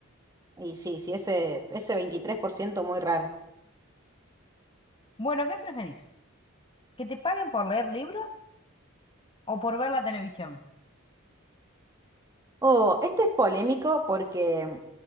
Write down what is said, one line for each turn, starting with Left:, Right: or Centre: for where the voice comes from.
Right: Y sí, sí, ese, ese 23% muy raro.
Left: Bueno, ¿qué preferís? ¿Que te paguen por leer libros o por ver la televisión?
Right: Oh, este es polémico porque,